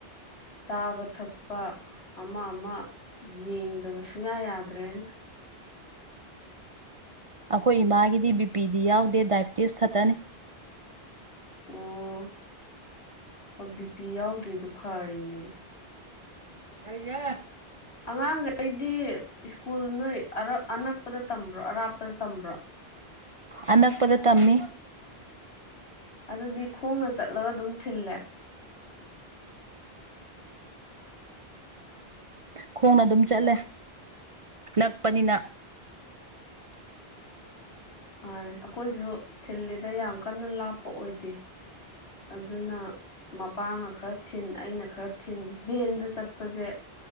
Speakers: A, on the left; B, on the right.
A: ꯆꯥꯕ ꯊꯛꯄ ꯑꯃ ꯑꯃ ꯌꯦꯡꯗꯕ ꯁꯨꯡꯌꯥ ꯌꯥꯗ꯭ꯔꯦꯅꯦ
B: ꯑꯩꯈꯣꯏ ꯏꯃꯥꯒꯤꯗꯤ ꯕꯤꯄꯤꯤꯗꯤ ꯌꯥꯎꯗꯦ ꯗꯥꯏꯕꯤꯦꯇꯤꯁ ꯈꯛꯇꯅꯤ
A: ꯑꯣ ꯑꯣ ꯕꯤ ꯄꯤ ꯌꯥꯎꯗ꯭ꯔꯤꯗꯨꯣ ꯐꯔꯤꯅꯦꯗ
B: ꯀꯩꯅꯦ
A: ꯑꯉꯥꯡꯈꯩꯗꯤ ꯁ꯭ꯀꯨꯜ ꯅꯣꯏ ꯑꯅꯛꯄꯗ ꯇꯝꯕ꯭ꯔꯣ ꯑꯔꯥꯞꯄꯗ ꯇꯝꯕ꯭ꯔꯣ <unintelligible>
B: ꯑꯅꯛꯄꯗ ꯇꯝꯃꯤ
A: ꯑꯗꯨꯗꯤ ꯈꯣꯡꯅ ꯆꯠꯂꯒ ꯑꯗꯨꯝ ꯊꯤꯜꯂꯦ
B: ꯈꯣꯡꯅ ꯑꯗꯨꯝ ꯆꯠꯂꯦ ꯅꯛꯄꯅꯤꯅ
A: ꯃꯥ ꯑꯩꯈꯣꯏꯁꯨ ꯊꯤꯜꯂꯤꯗ ꯌꯥꯝ ꯀꯟꯅ ꯂꯥꯞꯄ ꯑꯣꯏꯗꯦ ꯑꯗꯨꯅ ꯃꯄꯥꯅ ꯈꯔ ꯊꯤꯟ ꯑꯩꯅ ꯈꯔ ꯊꯤꯟ ꯚꯦꯟꯗ ꯆꯠꯄꯁꯦ